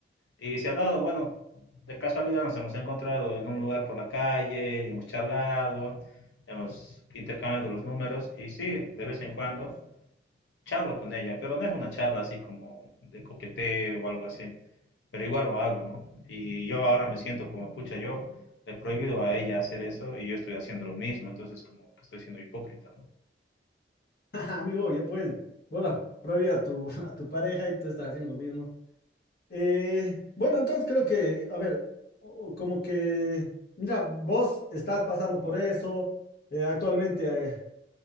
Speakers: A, on the left; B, on the left.
A: Y se ha dado, bueno, de casualidad nos hemos encontrado en un lugar por la calle, y hemos charlado, hemos intercambiado los números y sí, de vez en cuando charlo con ella, pero no es una charla así como de coqueteo o algo así pero igual lo hago, ¿no? Y yo ahora me siento como, pucha, yo le he prohibido a ella hacer eso y yo estoy haciendo lo mismo, entonces como que estoy siendo hipócrita, ¿no?
B: <laughs> Amigo, ya pues, vos la prohibí a tu, <laughs> a tu pareja y tú estás haciendo lo mismo. Eh, bueno, entonces creo que, a ver, o- o como que, mira, vos estás pasando por eso eh, actualmente, eh,